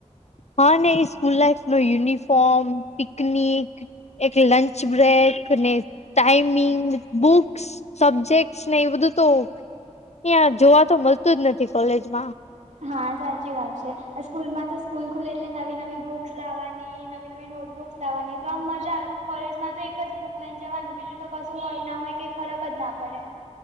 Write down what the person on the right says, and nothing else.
હા સાચી વાત છે અ સ્કૂલ માં તો સ્કૂલ ખુલે એટલે નવી નવી બુક્સ લાવવાની. નવી નવી નોટબુક્સ લવાની તો આમ મજા આવે પણ કોલેજમાં તો એક જ બુક લઈ જવાનું બીજુ બીજું તો કશું હોય ના હોય કઈ ફરક જ ના પડે.